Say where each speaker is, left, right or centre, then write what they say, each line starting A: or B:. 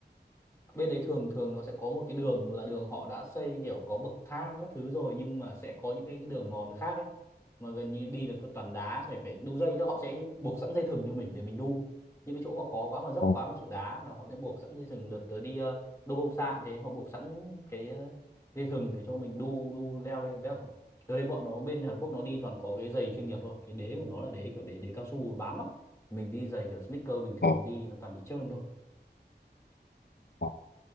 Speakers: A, on the left; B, on the left.
A: bên đấy thường thường nó sẽ có một cái đường là đường họ đã xây kiểu có bậc thang các thứ rồi nhưng mà sẽ có những cái, cái đường mòn khác ấy mà gần như đi là cứ toàn đá phải phải đu dây tức họ sẽ buộc sẵn dây thừng như mình để mình đu những cái chỗ mà khó quá mà dốc
B: Ồ,
A: quá mà chịu đá là họ sẽ buộc sẵn dây thừng đợt tới đi uh, đô bông sạn thế họ buộc sẵn cái ờ, dây thừng để cho mình đu đu leo lên cái tớ thấy bọn nó bên Hàn Quốc nó đi toàn có cái giày chuyên nghiệp thôi cái đế của nó là đế kiểu đế đế cao su bám lắm mình đi giày kiểu sneaker bình thường
B: ồ,
A: đi nó toàn bị trơn thôi
B: ồ.